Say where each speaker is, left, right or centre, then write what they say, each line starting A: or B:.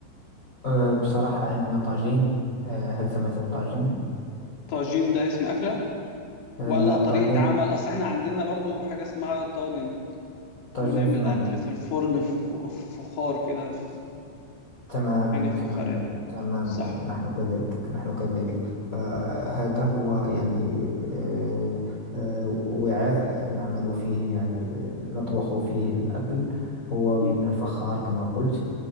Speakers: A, on the left; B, on the left.
A: أه بصراحة عندنا طاجين أه هل سمعت بالطاجين؟
B: طاجين ده اسم اكله
A: أه
B: ولا
A: لا
B: طريقه
A: طاجين
B: عمل اصل احنا عندنا برضو حاجه اسمها طاجن بنعمل
A: طاجين سمعنا
B: أكل في الفرن في في فخار كده في
A: تماما
B: حاجة فخارية
A: تماما تماما
B: صح
A: نحن كذلك نحن كذلك أه هذا هو يعني أه أه وعاء نعمل فيه يعني آه، نطبخ فيه الأكل هو من
B: مم.
A: الفخار كما قلت